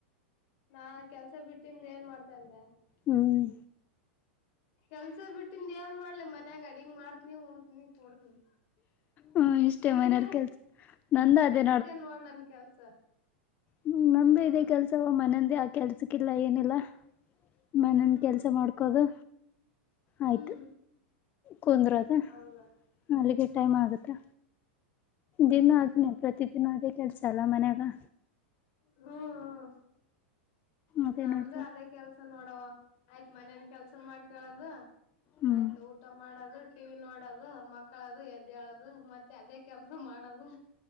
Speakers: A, on the left; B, on the left.
A: ನಾ ಕೆಲ್ಸ ಬಿಟ್ಟಿಂದ ಏನ್ ಮಾಡ್ತಂದೆ
B: ಹ್ಮ್
A: ಕೆಲ್ಸ ಬಿಟ್ಟಿಂದ ಏನ್ ಮಾಡ್ಲಿ ಮನ್ಯಾಗ ಅಡಗ್ ಮಾಡ್ತನಿ ಉಣತನಿ ಕೊಡ್ತನಿ
B: ಹ್ಮ್ ಇಷ್ಟೇ
A: ನೀನ್
B: ಮನೆಯರ್ ಕೆಲ್ಸ ನಂದ ಅದೇ
A: ಇಟೇ ನೋಡ ನನ್ ಕೆಲ್ಸ
B: ಹ್ಮ ನಮ್ದು
A: ಹ್ಮ್
B: ಇದೇ ಕೆಲ್ಸವ ಮನಂದ ಆ ಕೆಲ್ಸಕ್ಕಿಲ್ಲ ಏನಿಲ್ಲ ಮನನ್
A: ಹ್ಮ್
B: ಕೆಲ್ಸ ಮಾಡ್ಕೋದು ಆಯ್ತು
A: ಹ್ಮ್
B: ಕುಂದರೆ ಅದ
A: ಹೌದಾ
B: ಅಲ್ಲಿಗೆ
A: ಹ್ಮ್
B: ಟೈಮ್ ಆಗತ್ತೆ
A: ಹ್ಮ್
B: ದಿನ ಆದ್ನೇ ಪ್ರತಿ ದಿನ ಅೇ ಕೆಲ್ಸ ಅಲ್ಲ ಮನ್ಯಾಗ
A: ಹ್ಮ್ ಹ್ಮ
B: ಅದೇ
A: ನಮ್ದು
B: ನೋಡ್ದ
A: ಅದೇ ಕೆಲ್ಸ ನೋಡವ ಆಯ್ತ್ ಮನೇನ್ ಕೆಲ್ಸ ಮಾಡ್ಕಳದು
B: ಹ್ಮ್
A: ಆಯ್ತ ಊಟ ಮಾಡದು ಕಿವಿ ನೋಡದು ಮಕ್ಕಳದು ಎದ್ದೇಳದು ಮತ್ತೆ ಅದೇ ಕೆಲ್ಸ ಮಾಡದು